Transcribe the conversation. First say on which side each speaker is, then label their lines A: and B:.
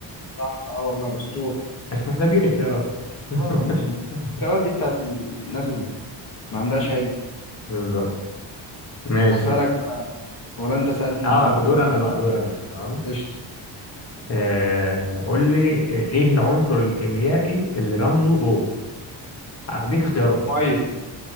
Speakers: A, on the left; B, on the left.
A: صح اه والله اسطورة
B: <laughs> مش محتاجين اختيارات احنا <laughs>
A: اه مش السؤالات دي بتاعت الناس اللي ما عندهاش علم
B: بالظبط ماشي
A: هسألك بقى ولا انت سألني
B: اه
A: انت ده
B: دور
A: دورك
B: انا بقى دور انا تمام
A: قشطة
B: آه قول لي ايه العنصر الكيميائي اللي رمزه او هديك اختيارات
A: مية